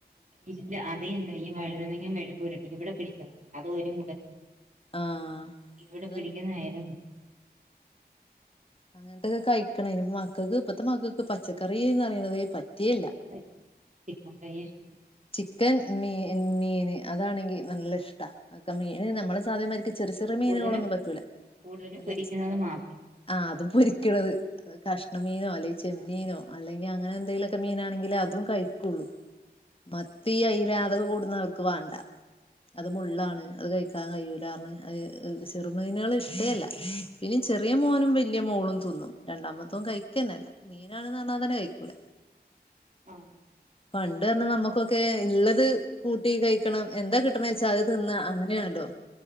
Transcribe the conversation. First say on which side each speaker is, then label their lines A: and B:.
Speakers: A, on the right (about 50°); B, on the left (about 35°).
A: ഇല്ല അത് ഈ വഴുതനങ്ങ മെഴുക്കരട്ട് ഇവിടെ പിടിച്ചതണെ അതൊ ഒരു
B: ആഹ്
A: ഇവിടെ
B: അതല്ല
A: പിടിക്കുന്ന നേരം
B: അങ്ങനത്തെക്കെ കഴിക്കണ ഇനി മക്കക്ക് ഇപ്പഴത്തെ മക്കക്ക് പച്ചക്കറിന്ന റയണന്നത് പറ്റിയേല്ല
A: <unintelligible>
B: ചിക്കൻ മീൻ മീൻ അതാണെങ്കി നല്ല ഇഷ്ടാ മീന് നമ്മളെ സിദാമായിരിക്ക ചെറിയ ചെറിയ മീനുകളൊന്നും
A: കൂടുതലും
B: പറ്റൂല
A: കൂടുതലും
B: നല്ല
A: പൊരിക്കുന്നത് മാത്രം
B: ആഹ് അത് പൊരിക്കണത് അഹ് കഷ്ണമീനോ അല്ലെങ്കി ചെമ്മീനോ അല്ലെങ്ക അങ്ങനെന്തെലൊക്കെ മീനാണെങ്കിലെഅതും കഴിക്കുകുള്ളൂ മത്തി അയില അതക്ക കൊടുന്നവർക്ക് വാണ്ട അത് മുള്ളാണ് അത് കഴിക്കാൻ കഴൂലാന്ന് അത് ചെറുമീനുകള്ഇഷ്ടേല്ല പിന്നേ ചെറിയ മോനും വെലിയ മോളും തിന്നും രണ്ടാമത്തോൻ കഴിക്കാനല്ല. മീനാണന്ന്ർഞ്ഞാതന്നെ കഴിക്കൂല
A: ആഹ്
B: പണ്ടർഞ നമ്മ ക്കെ ഇള്ളത് കൂട്ടി കഴിക്കണം എന്താ കിട്ടണെച്ചാ അത് തിന്ന അങ്ങനെയാണല്ലോ?